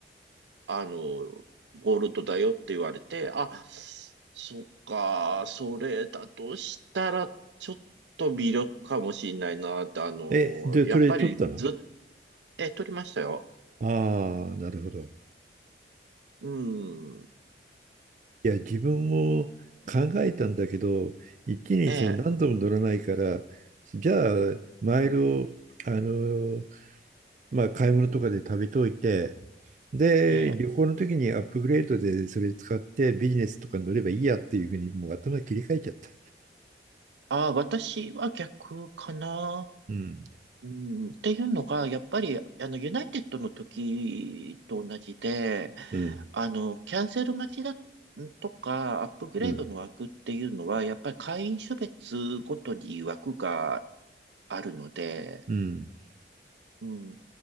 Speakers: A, on the right (about 85°); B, on the right (about 45°).
A: あの、ゴールドだよって言われて、あ、そっか、それだとしたら、ちょっと微力かもしれないなって、あの、
B: え、で、
A: やっぱりずっ、
B: それ取ったの
A: え、取りましたよ。
B: ああー、なるほど。い
A: うん、
B: や、自分も考えたんだけど、一気にその何度も乗らないから、
A: ええ、
B: じゃあ、マイルを、あの、まあ、買い物とかで食べといて、で、
A: ええ、
B: 旅行の時にアップグレードでそれ使ってビジネスとかに乗ればいいやっていうふうにもう頭切り替えちゃった。
A: あ、私は逆かな。
B: うん。
A: うん、っていうのが、やっぱり、あの、ユナイテッドの時と同じで、
B: うん。
A: あの、キャンセル待ちだとか、アップグレードの枠っていうのは、
B: うん。
A: やっぱり会員種別ごとに枠があるので、
B: うん。
A: うん、